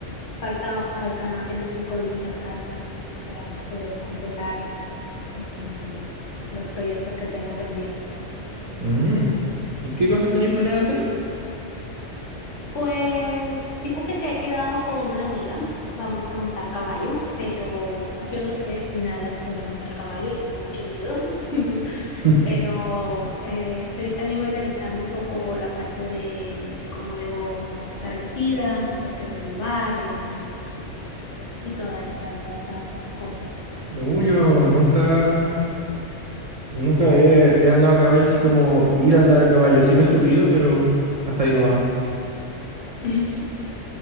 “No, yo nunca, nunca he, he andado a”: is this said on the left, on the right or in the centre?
Right